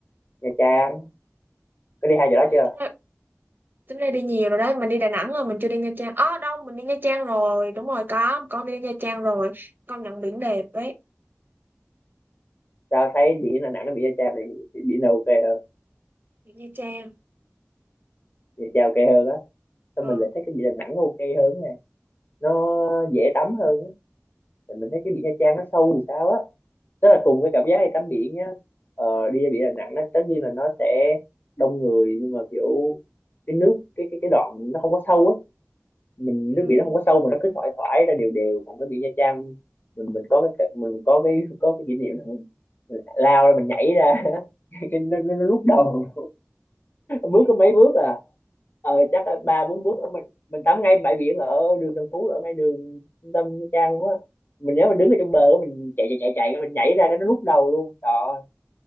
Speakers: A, on the left; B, on the right.
A: Nha Trang có đi hai chỗ
B: Rồi,
A: đó chưa
B: tính ra, Tính ra đi nhiều rồi đấy, mình đi Đà Nẵng rồi, mình chưa đi Nha Trang. Ờ đâu, mình đi Nha Trang rồi, đúng rồi có, con đi Nha Trang rồi, con nhận biển đẹp đấy,
A: tao thấy biển Đà Nẵng nó bị Nha Trang thì, thì biển là ok hơn
B: biển Nha Trang.
A: Nha Trang ok hơn á sao
B: Ờ.
A: mình lại thấy cái biển Đà Nẵng nó ok hơn nè nó dễ tắm hơn á. thì mình thấy cái biển Nha Trang nó sâu thì sao á tức là cùng cái cảm giác đi tắm biển nhá ờ, đi ra biển Đà Nẵng nó tất nhiên là nó sẽ đông người nhưng mà kiểu cái nước cái cái cái đoạn nó không có sâu á mình
B: Ừ.
A: nước biển nó không có sâu mà nó cứ thoải thoải ra đều đều còn cái biển Nha Trang mình mình có cái mình có cái có cái kỷ niệm là mình, mình lao ra mình nhảy ra <laughs> cái nó nó, nó lúc đầu bước có mấy bước à ờ, chắc là ba bốn bước ở mình mình tắm ngay bãi biển ở đường Tân Phú ở ngay đường trung tâm Nha Trang quá mình nhớ mình đứng ở trong bờ á, mình chạy chạy chạy chạy mình nhảy ra cái nó lúc đầu luôn trời ơi,